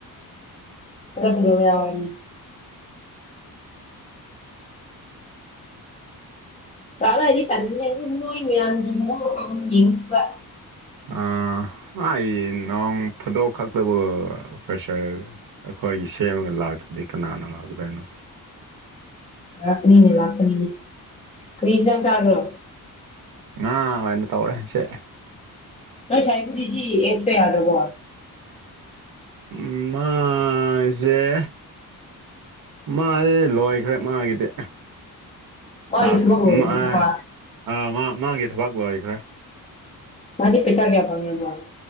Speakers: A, on the left (about 20°); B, on the right (about 65°).
A: ꯃꯁꯛ ꯐꯖꯕ ꯌꯥꯎꯋꯦ ꯍꯥꯏꯝꯅꯦ ꯉꯍꯥꯛ ꯂꯩꯔꯗꯤ ꯇꯂꯤꯅꯦ ꯑꯗꯨ ꯅꯣꯏ ꯃꯌꯥꯝꯒꯤ ꯃꯑꯣꯡꯗꯣ ꯑꯃꯨꯛ ꯌꯦꯡꯅꯤꯡꯕ
B: ꯑꯥ ꯑꯥꯏ ꯅꯣꯡ ꯐꯥꯗꯣꯛ ꯈꯛꯇꯕꯨ ꯄ꯭ꯔꯦꯁꯔ ꯑꯩꯈꯣꯏꯒꯤ ꯁꯦꯝꯃꯒ ꯂꯥꯛꯇꯗꯤ ꯀꯅꯥꯅ ꯂꯥꯛꯀꯗꯣꯏꯅꯣ
A: ꯂꯥꯛꯀꯅꯤꯅꯦ ꯂꯥꯛꯀꯅꯤꯅꯦ ꯀꯔꯤ ꯍꯤꯟꯖꯥꯡ ꯆꯥꯒꯦꯔꯣ
B: ꯉꯥ ꯑꯣꯏꯅ ꯇꯧꯔꯦꯁꯦ
A: ꯅꯣꯏ ꯁꯥꯏꯕꯨꯗꯤ ꯁꯤ ꯑꯦꯐꯁꯦ ꯌꯥꯗ꯭ꯔꯕꯣ
B: ꯎꯝ ꯃꯥꯏꯖꯦ ꯃꯥꯏꯖꯦ ꯂꯣꯏꯈ꯭ꯔꯦ ꯃꯥꯒꯤꯗꯤ
A: ꯃꯥꯒꯤ
B: ꯇꯥꯛꯁ
A: ꯊꯕꯛ ꯂꯣꯏꯈ꯭ꯔꯕꯀꯣ
B: ꯑꯃ ꯑꯤ ꯃꯥꯏ ꯃꯥꯒꯤ ꯊꯕꯛ ꯂꯣꯏꯈ꯭ꯔꯦ
A: ꯃꯥꯗꯤ ꯄꯩꯁꯥ ꯀꯌꯥ ꯐꯪꯉꯦꯕ꯭ꯔꯣ